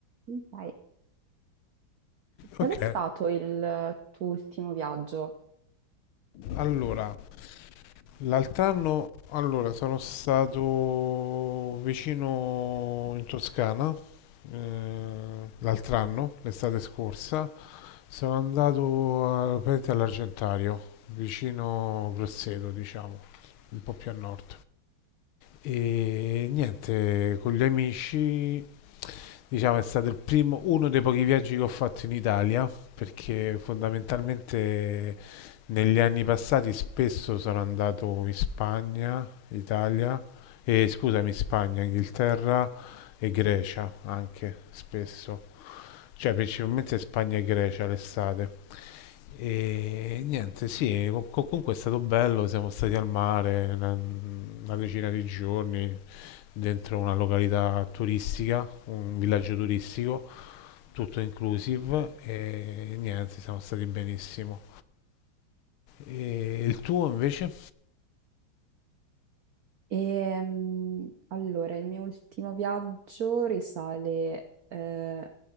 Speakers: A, on the right; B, on the left.
A: Ok. Qual
B: Ok,
A: è stato il tuo ultimo viaggio?
B: allora, l'altro anno allora, sono stato vicino in Toscana, eh, l'altro anno, l'estate scorsa, sono andato a- praticamente all'Argentario, vicino Grosseto, diciamo, un po' più a nord. E niente, con gli amici, diciamo, è stato il primo, uno dei pochi viaggi che ho fatto in Italia, perché fondamentalmente Negli anni passati spesso sono andato in Spagna, Italia, e scusami, Spagna, Inghilterra e Grecia anche spesso, cioè principalmente Spagna e Grecia l'estate. E niente, sì, co- co- comunque è stato bello, siamo stati al mare una, una decina di giorni dentro una località turistica, un villaggio turistico, tutto inclusive e niente, siamo stati benissimo. E il tuo invece?
A: Ehm, allora, il mio ultimo viaggio risale, eh,